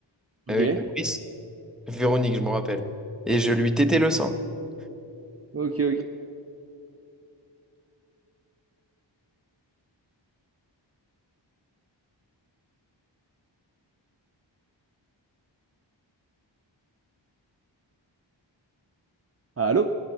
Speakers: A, on the right; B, in the centre.
A: Ok.
B: euh, une nourrice. Véronique, je m'en rappelle. Et je lui tétais le sang. <laughs>
A: Ok, ok. Allô?